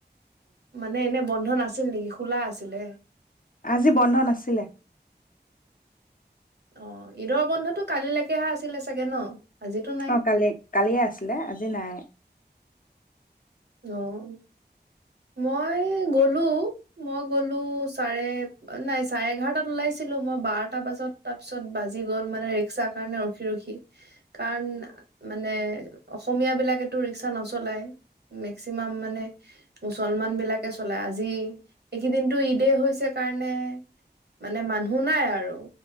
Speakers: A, on the right; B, on the left.
A: মানে এনে বন্ধ না। নাছিল নেকি, খোলা আছিলে?
B: আজি বন্ধ নাছিল।
A: অঁ ঈদৰ বন্ধতটো কালিলৈকেহে আছিলে চাগে ন? আজিতো নাই
B: অঁ কালি, কালিয়ে আছিলে, আজি নাই।
A: অঁ। মই গলোঁ, মই গলোঁ চাৰে নাই চাৰে এঘাৰটাত ওলাইছিলোঁ মই। বাৰটা বজাত তাৰপিছত বাজি গ'ল, মানে ৰিক্সাৰ কাৰণে ৰখি ৰখি।। কাৰণ মানে অসমীয়াবিলাকেতো ৰিক্সা নচলায়। মেক্সিমাম মানে মুছলমান বিলাকে চলাই। আজি এইকেইদিনটো ঈদ হৈছে কাৰণে মানে মানুহ নাই আৰু